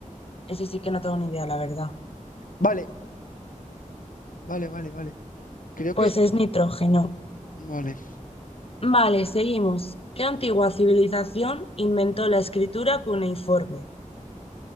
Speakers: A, on the left (about 45°); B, on the left (about 80°).
A: Eso sí que no tengo ni idea, la verdad.
B: Vale, vale, vale, vale. Creo
A: Pues
B: que...
A: es nitrógeno.
B: Vale.
A: Vale, seguimos. ¿Qué antigua civilización inventó la escritura cuneiforme?